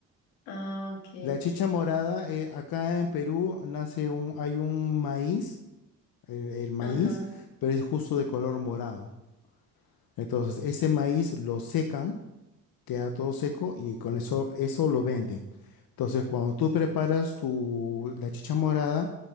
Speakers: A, on the left; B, on the left.
A: Ah, ok.
B: La chicha morada, eh, acá en Perú nace un, hay un maíz, el, el maíz,
A: Ajá,
B: pero es justo de color morado. Entonces, ese maíz lo secan queda todo seco y con eso, eso lo venden. Entonces, cuando tú preparas tu, la chicha morada,